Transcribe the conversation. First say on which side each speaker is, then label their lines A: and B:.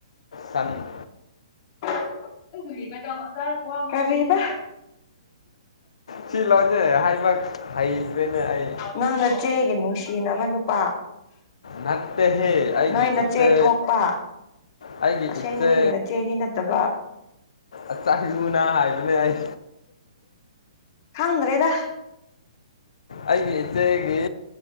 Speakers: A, on the left; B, on the left.
A: ꯊꯟ
B: <unintelligible> ꯀꯔꯤꯕ
A: ꯁꯤ ꯂꯣꯟꯖꯦ ꯍꯥꯏꯕ ꯍꯩꯇ꯭ꯔꯦꯅꯦ ꯑꯩ
B: ꯅꯪꯅ ꯆꯦꯒꯤ ꯅꯨꯡꯁꯤꯅꯕ ꯅꯨꯄꯥ
A: ꯅꯠꯇꯦꯍꯦ ꯑꯩꯒꯤ
B: ꯅꯣꯏ ꯅꯆꯦ
A: ꯏꯆꯦ
B: ꯊꯣꯛꯄ
A: ꯑꯩꯒꯤ
B: ꯑꯁꯦꯡꯕꯒꯤ
A: ꯏꯆꯦ
B: ꯅꯆꯦꯗꯤ ꯅꯠꯇꯕ
A: ꯑꯆꯥꯥꯏꯌꯨꯅꯥ ꯍꯥꯏꯗꯨꯅꯦ ꯑꯩ
B: ꯈꯪꯗ꯭ꯔꯦꯗ
A: ꯑꯩꯒꯤ ꯏꯆꯦꯒꯤ